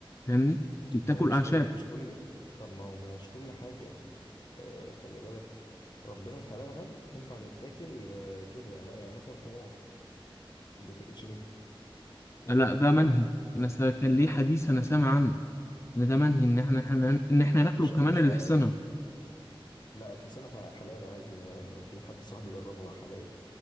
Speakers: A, on the left; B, on the left.
A: فاهمني دي بتاكل
B: ما هو مش
A: أعشاب
B: كل مش كل طب ما هو ما هو مش كل حاجه آه، خلي بالك ربنا خلقها ينفع تتاكل آه، كده لا يعني مثلا حمار ما بيتاكلش ليه
A: لا ده منهي أنا سا- كان ليه حديث أنا سامع عنه إن ده منهي إن إحنا إحنا- إن إحنا ناكله
B: مش
A: كمان
B: مش
A: الحصنة
B: عارف لا الحصان ح- حلال عادي يعني في حد صاحبي جربها حلال